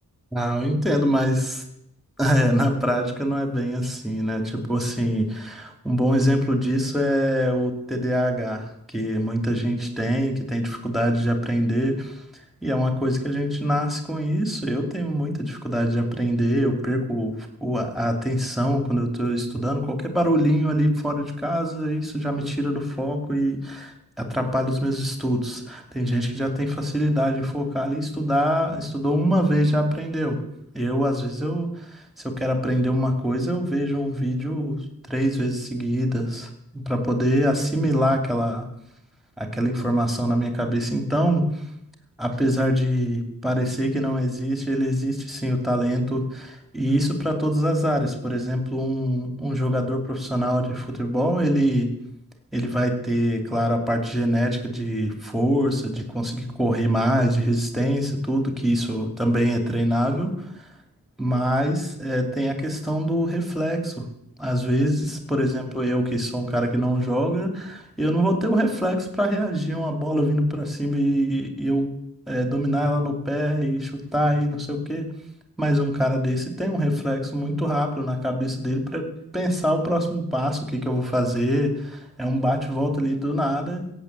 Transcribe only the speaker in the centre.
Ah, eu entendo, mas <laughs> é, na prática não é bem assim, né? Tipo assim, um bom exemplo disso é o TDAH, que muita
gente tem, que tem dificuldade de aprender. E é uma coisa que a gente nasce com isso. Eu tenho muita dificuldade de aprender, eu perco o- o- a atenção quando eu estou estudando. Qualquer barulhinho ali fora de casa, isso já me tira do foco e atrapalha os meus estudos. Tem gente que já tem facilidade em focar ali e estudar, estudou uma vez já aprendeu. Eu, às vezes, eu, se eu quero aprender uma coisa, eu vejo um vídeo três vezes seguidas para poder assimilar
aquela, aquela informação na minha cabeça. Então. Apesar de parecer que não existe, ele existe sim, o talento, e isso para todas as áreas. Por exemplo, um, um jogador profissional de futebol, ele, ele vai ter, claro, a parte genética de força, de conseguir correr mais, de resistência, tudo que isso também é treinável. Mas é, tem a questão do reflexo. Às vezes, por
exemplo, eu que sou um cara que não joga, eu não vou ter o reflexo para reagir a uma bola vindo para cima e, e eu é, dominar ela no pé e chutar e não sei o quê. Mas um cara desse tem um reflexo muito rápido na cabeça dele para pensar o próximo passo, o que que eu vou fazer. É um bate-volta ali do nada,